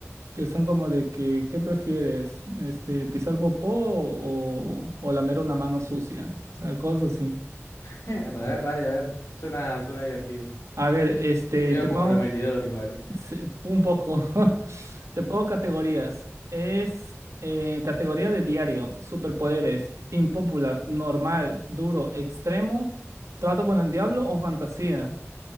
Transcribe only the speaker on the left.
<laughs> A ver, dale, a ver. Suena, suena divertido.
Medio
comprometedor
igual, ¿eh?